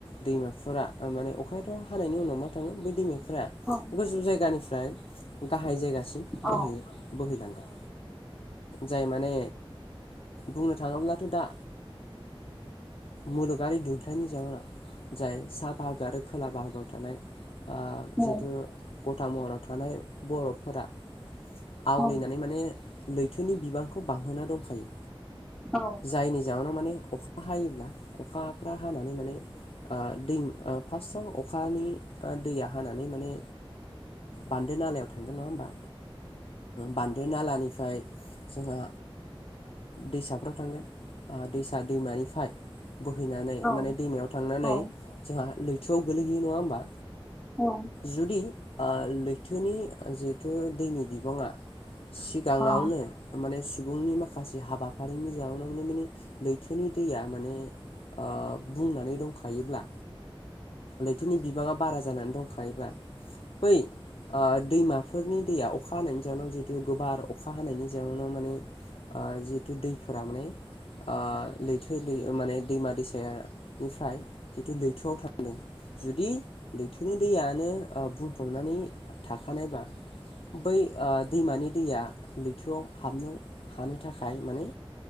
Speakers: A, on the left; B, in the centre.
A: दैमाफोरा माने अखायाथ' हानायनि उनाव मा थाङो बै दैमाफोरा
B: औ
A: गोजौ
B: औ
A: जायगानिफ्राय गाहाय जायगासिम बोहैयो
B: औ
A: बोहैलांगोन‌। जाय माने बुंनो थाङोब्लाथ' दा मुलुगारि दुंथाइनि जाहोनाव जाय सा बाहागो आरो खोला बाहागोआव थानाय
B: उम
A: जिहेथु गथा महराव थानाय बरपफोरा आवलिनानै
B: औ उम
A: माने लैथोनि बिबानखौ बांहोनानै दंखायो।
B: औ
A: जायनि जाहोनाव माने अखा हायोब्ला अखाफ्रा हानानै माने ओ दै फार्स्टआव अखानि दैया हानानै माने बान्दो नालायाव थांगोन नङा होमबा? बान्दो नालानिफ्राय जोंहा दैसाफ्राव थांगोन दैसा दैमानिफ्राय बोहैनानै
B: उम औ
A: माने
B: औ
A: दैमायाव थांनानै
B: उम
A: जोंहा लैथोआव गोलैहैयो नङा होमबा।
B: औ।
A: जुदि लैथोनि जिहेथु दैनि बिबाङा सिगाङावनो
B: औ
A: माने सुबुंनि माखासे हाबाफारिनि जाहोनावओ माने लैथोनि दैया माने ओ बुंनानै दंखायोब्ला लैथोनि बिबाङा बारा जानानै दंखायोबब्ला बै ओ दैमाफोरनि दैया अखा हानायनि जाहोनाव जिहेतु गोबार अखा हानायनि जाउनाव माने जिहेतु दैफोरा माने आ लैथो दै ओ माने दैमा दैसा निफ्राय जिथु लैथोआव थांदों जुदि लैथोनि दैयानो ओ बुंफबनानै थाखानायबा बै ओ दैमानि दैया लैथोआव हाबनो हानो था खाय लामा माने